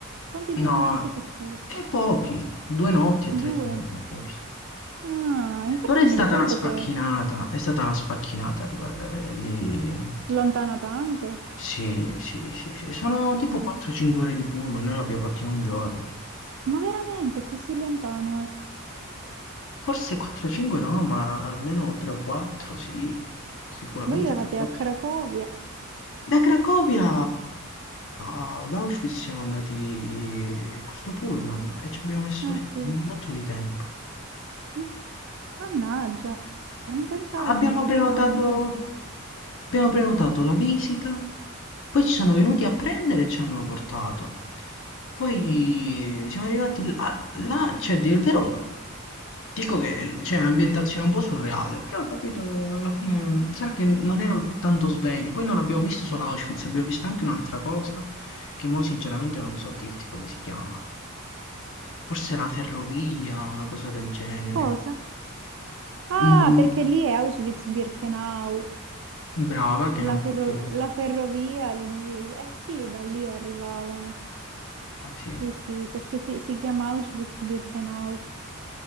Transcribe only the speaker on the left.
No,
e pochi, due notti e
tre giorni forse.
Però è
stata
una sfacchinata,
è stata una sfacchinata arrivare lì.
Sì, sì, sì, sì. Sono tipo
4-5 ore di pullman, noi l'abbiamo fatto in un giorno.
Forse 4-5 no, ma almeno 3 o 4, sì. Sicuramente
3 o 4.
Da Cracovia a- ad Auschwitz siamo andati con questo pullman e ci abbiamo messo
sì, un
botto di tempo.
Abbiamo
prenotato,
abbiamo prenotato la visita, poi ci sono venuti a prendere e ci hanno portato. Poi siamo arrivati là, là, cioè, a dire il vero, dico che c'è un'ambientazione un po' surreale, però capito, alla fine, sarà che non ero tanto sveglio. Poi non abbiamo visto solo Auschwitz, abbiamo visto anche un'altra cosa, che mo sinceramente non so dirti come si chiama. Forse la ferrovia, una cosa del genere.
Mm,
brava, che
non
so che...
Ah sì,